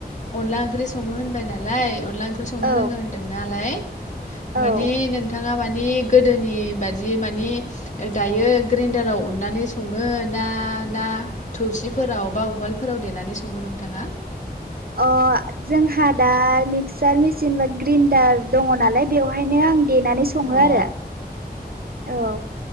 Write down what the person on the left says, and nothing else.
अनला ओंख्रि सङो होनबाय नालाय। अनला ओंख्रि संनो
रोङो होनदों नालाय।
मानि नोंथाङा मानि मानि गोदोनि बादि, मानि दायो ग्रेन्दाराव उननानै सङो ना ना थौसिफोराव बा उवालफोराव देनानै सङो नोंथाङा?
अ